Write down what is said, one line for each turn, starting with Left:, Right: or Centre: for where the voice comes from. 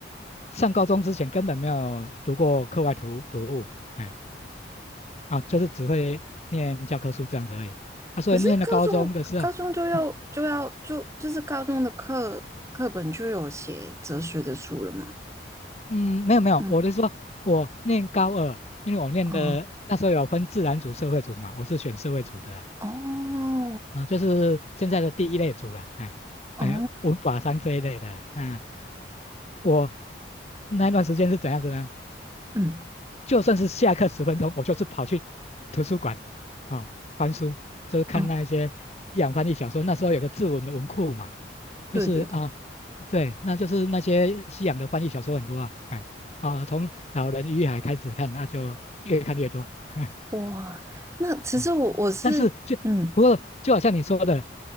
Left: 上高中之前根本没有读过课外读读物，哎。啊，就是只会念教科书这样子而已。啊，所以念了高中的时候，
Right: 可是高中高中就要就要就就是高中的课课本就有写哲学的书了嘛？
Left: 嗯嗯没有没有，
Right: 嗯，
Left: 我是说我念高二，因为我念的那时候有分自然组、
Right: 哦
Left: 社会组嘛，我是选社会组的
Right: 哦
Left: 啦啊，就是现在的第一类组啦，哎哎，
Right: 哦，
Left: 文法商这一类的啦。那、我那一段时间是怎样子呢？
Right: 嗯
Left: 就算是下课十分钟，我就是跑去图书馆啊、哦翻书，就是看那一些西洋翻译小说。
Right: 哦，
Left: 那时候有个志文的文库嘛，
Right: 对对对，
Left: 就是啊，对，那就是那些西洋的翻译小说很多啊，哎啊，从《老人与海》开始看，那就越看越多。<laughs>
Right: 哇，那其实我我是嗯
Left: 哎但是就不过就好像你说的，